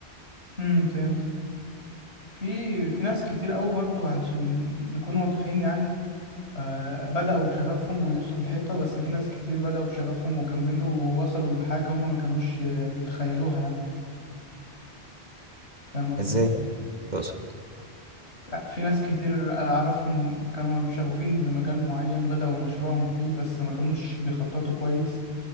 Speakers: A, on the left; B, on the right.
A: امم فهمت في في ناس كتير قوي برضو علشان نكون واضحين يعني آه بدأوا بشغفهم ولبسوا في الحيطة بس في ناس كتير بدأوا بشغفهم وكملوا ووصلوا لحاجة هم ما كانوش آه، يتخيلوها يعني فاهم قصدي؟
B: ازاي يعني تقصد
A: لا، في ناس كتير أعرفهم كانوا شغوفين بمجال معين بدأوا مشروعهم فيه بس ما كانوش بيخططوا كويس